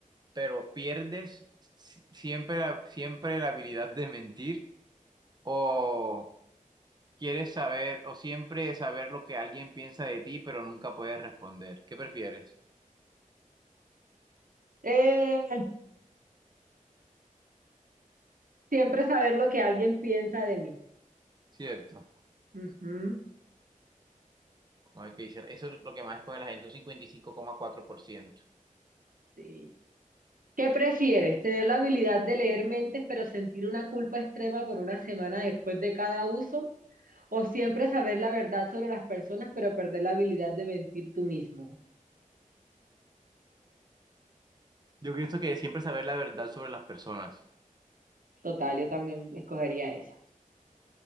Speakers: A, on the right; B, on the right.
A: pero pierdes si- siempre la, siempre la habilidad de mentir o quieres saber o siempre saber lo que alguien piensa de ti, pero nunca puedes responder. ¿Qué prefieres?
B: Eh, Siempre saber lo que alguien piensa de mí.
A: Cierto.
B: Ujú,
A: A ver qué dice. Eso es lo que más escoge la gente, un cincuenta y cinco coma cuatro por ciento
B: sí. ¿Qué prefieres? ¿Tener la habilidad de leer mentes pero sentir una culpa extrema por una semana después de cada uso? ¿O siempre saber la verdad sobre las personas pero perder la habilidad de mentir tú mismo?
A: Yo pienso que siempre saber la verdad sobre las personas.
B: Total, yo también escogería esa.